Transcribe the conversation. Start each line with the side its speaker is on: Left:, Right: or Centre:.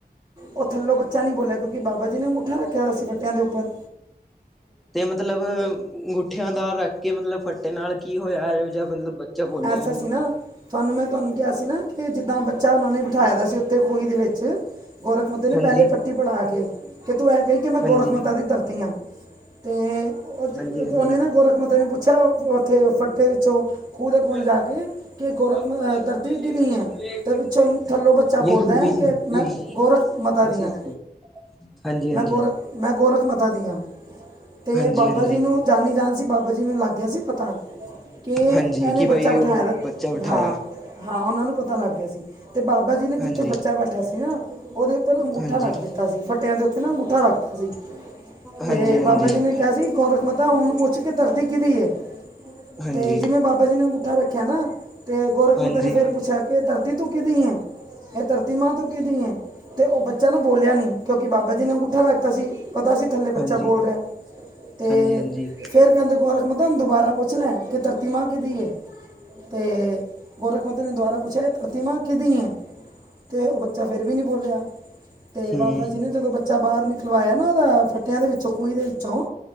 Right: ੳਹ ਥੱਲੋਂ ਬੱਚਾ ਨਈ ਬੋਲੇਆ ਕਿਉਂਕਿ ਬਾਬਾ ਜੀ ਨੇ ਅੰਗੂਠਾ ਰੱਖੇਆ ਸੀ ਵਟੇਆਂ ਦੇ ਉੱਪਰ
Centre: ਤੇ ਮਤਲਬ ਅੰਗੁਠੇਆਂ ਦਾ ਰੱਖ ਕੇ ਮਤਲਬ ਵੱਟੇ ਨਾਲ ਕੀ ਹੋਇਆ? ਜਿਹਾ ਮਤਲਬ ਬੱਚਾ ਬੋਲਿਆ
Right: ਆਸਾ
Centre: ਹੀ ਨਹੀਂ
Right: ਸੀ ਨਾ ਤਾਨੂੰ ਮੈਂ ਤਾਨੂੰ ਕਿਆ ਸੀ ਨਾ ਕਿ ਜਿੱਦਾ ਬੱਚਾ ੳਨਾਂ ਨੇ ਬੇਠਾਇਆ ਦਾ ਸੀ ੳਥੇ ਖੁਈ ਦੇ ਵਿੱਚ ਗੋਰਖ ਮੱਥੇ ਨੇ
Centre: ਹਾਂਜੀ
Right: ਪਹਲੇ ਪੱਟੀ ਪੜਾ ਕੇ, ਕੇ ਤੂੰ ਏ ਕਹੀ ਕਿ ਮੈਂ ਗੋਰਖ
Centre: ਹਾਂਜੀ
Right: ਮੱਥਾ ਦੀ ਧਰਤੀ ਆਂ। ਤੇ ੳਦੇ
Centre: ਹਾਂਜੀ ਹਾਂਜੀ
Right: ੳਨੇ ਨਾ ਗੋਰਖ ਮੱਥੇ ਨੇ ਪੁੱਛੇਆ ੳ ੳਥੇ ਫੱਟੇ ਵਿੱਚੋਂ
Centre: <unintelligible>
Right: ਖੂਹ ਦੇ ਕੋਲ ਜਾ ਕੇ ਕਿ ਗੋਰਖ ਮ- ਅਹ ਧਰਤੀ ਕਿਹਦੀ ਹੈ ਤੇ ਵਿੱਚੋਂ ਥੱਲੋਂ ਬੱਚਾ ਬੋਲਦਾ ਹੈ ਕਿ ਮੈਂ ਗੋਰਖ ਮਤਾ ਦੀ ਹਾਂ
Centre: ਹਾਂਜੀ ਹਾਂਜੀ।
Right: ਮੈਂ ਗੋਰਖ ਮੈਂ ਗੋਰਖ ਮੱਥਾ ਦੀ ਹਾਂ, ਤੇ
Centre: ਹਾਂਜੀ
Right: ਬਾਬਾ
Centre: ਹਾਂਜੀ
Right: ਜੀ ਨੂੰ ਜਾਨੀ- ਜਾਨ ਸੀ, ਬਾਬਾ ਜੀ ਨੂੰ ਲੱਗ ਗਿਆ ਸੀ ਪਤਾ ਕੇ
Centre: ਹਾਂਜੀ
Right: ਏਨੇ
Centre: ਕਿ
Right: ਬੱਚਾ
Centre: ਬਈ
Right: ਬੇਠਾਏਆ
Centre: ਉਹ
Right: ਦਾ ਏ
Centre: ਬੱਚਾ ਬਿਠਾਇਆ
Right: ਹਾਂ, ਹਾਂ ੳਨਾਂ ਨੂੰ ਪਤਾ ਲੱਗ ਗਿਆ ਸੀ। ਤੇ ਬਾਬਾ ਜੀ ਨੇ ਜਿੱਥੇ
Centre: ਹਾਂਜੀ
Right: ਬੱਚਾ ਬੈਠਾ ਸੀ ਨਾ, ੳਦੇ ਉੱਪਰ ਅੰਗੂਠਾ
Centre: ਹਾਂਜੀ
Right: ਰੱਖ ਦਿੱਤਾ ਸੀ। ਫੱਟੇਆਂ ਦੇ ਉੱਤੇ ਨਾ ਅੰਗੂਠਾ ਰੱਖਤਾ ਸੀ,
Centre: ਹਾਂਜੀ
Right: ਤੇ ਬਾਬਾ
Centre: ਹਾਂਜੀ
Right: ਜੀ ਨੇ ਕੇਆ ਸੀ ਗੋਰਖ ਮੱਥਾ ਹੁਨ ਪੁੱਛ ਕੇ ਧਰਤੀ ਕਿਦੀ ਏ?
Centre: ਹਾਂਜੀ
Right: ਤੇ ਜਿਵੇਂ ਬਾਬਾ ਜੀ ਨੇ ਅੰਗੂਠਾ ਰੱਖੇਆ ਨਾ, ਤੇ ਗੋਰਖ ਮਾਤਾ
Centre: ਹਾਂਜੀ
Right: ਨੇ ਫੇਰ ਪੁੱਛੇਆ ਕਿ ਧਰਤੀ ਤੂੰ ਕਿਦੀ ਏ? ਹੇ ਧਰਤੀ ਮਾਂ ਤੂੰ ਕਿਦੀ ਏ? ਤੇ ੳਹ ਬੱਚਾ ਨਾ ਬੋਲੇਆ ਨੀ, ਕਿਉਂਕਿ ਬਾਬਾ ਜੀ ਨੇ ਅੰਗੂਠਾ ਰਖਤਾ ਸੀ, ਪਤਾ ਸੀ ਥੱਲੇ ਬੱਚਾ
Centre: ਹਾਂਜੀ,
Right: ਬੋਲ ਰੇਆ ਤੇ
Centre: ਹਾਂਜੀ, ਹਾਂਜੀ
Right: ਫੇਰ ਕੈੰਦੇ ਗੋੌਰਖ ਮੱਥਾ ਹੁਨ ਦੁਬਾਰਾ ਪੁੱਛ ਲੇ ਕਿ ਧਰਤੀ ਮਾ ਕਿਦੀ ਏ? ਤੇ ਗੋਰਖ ਮੱਥੇ ਨੇ ਦੁਬਾਰਾ ਪੁੱਛਆ ਕੇ, ਹੇ ਧਰਤੀ ਮਾਂ ਕਿਦੀ ਏ? ਤੇ ੳ ਬੱਚਾ ਫੇਰ ਵੀ ਨਈ ਬੋਲਿਆ ਤੇ
Centre: ਹੂੰ,
Right: ਬਾਬਾ ਜੀ ਨੇ ਜਦੋਂ ਬੱਚਾ ਬਾਹਰ ਨਿ ਖੁਲਵਾਏਆ ਨਾ ੳਦਾ ਫੱਟੇਆਂ ਦੇ ਵਿੱਚੋਂ, ਖੂਈ ਦੇ ਵਿੱਚੋਂ